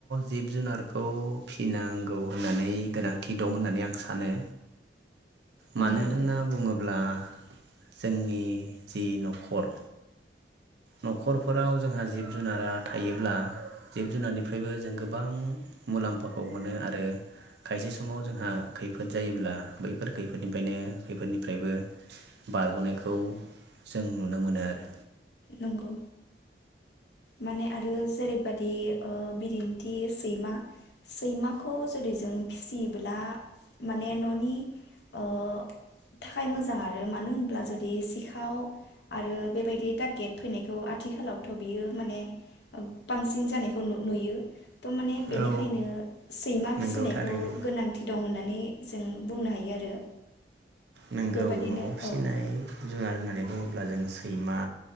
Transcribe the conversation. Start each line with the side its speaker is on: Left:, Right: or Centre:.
Right: जिब- जुनारखौ फिनांगौ होननानै गोनांथि दं होननानै आं सानो। मानो
Left: नंगौ
Right: होनना बुङोब्ला जोंनि जि न'खर न'खरफोराव जोंहा जिब जुनारा थायोब्ला जिब जुनारनिफ्रायबो जों गोबां मुलाम्फाखौ मोनो आरो खायसे समाव जोंहा खैफोद जायोब्ला बैफोर खैफोदनिफ्रायनो खैफोदनिफ्रायबो बारग'नायखौ जों नुनो मोनो आरो।
Left: नंगौ माने आरो जेरैबादि ओ बिदिनथि - सैमा सैमाखौ जुदि जों फिसियोब्ला माने न'नि ओ थाखाय मोजां आरो मानो होनब्ला जुदि सिखाव आरो बेबायदि ता गेट फैनायखौ आथिखालावथ' बियो माने बांसिन जानायखौ नुयो त'' माने बेनिखायनो
Right: औ
Left: सैमा
Right: नंगौ
Left: फिसिनायखौ
Right: थारैनो
Left: गोनांथि दं होननानै जों बुंनो हायो आरो।
Right: नोंगौ
Left: बेबादिनो
Right: न'आव फिसिनाय
Left: औ
Right: जुनार होननानै बुङोब्ला जों सैमा